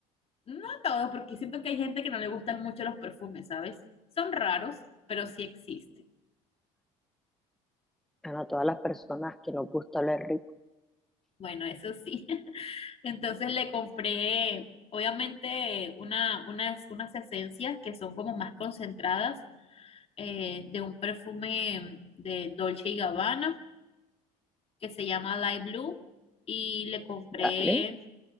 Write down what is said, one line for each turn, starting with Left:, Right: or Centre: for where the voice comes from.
Left: no todo, porque siento que hay gente que no le gustan mucho los perfumes, ¿sabes? Son raros, pero sí existen.
Centre: bueno, a todas las personas que nos gusta oler rico.
Left: Bueno, eso sí. <laughs> Entonces le compré, obviamente, una, unas, unas esencias que son como más concentradas eh, de un perfume de Dolce y Gabbana que se llama Light Blue y le compré
Centre: Dale.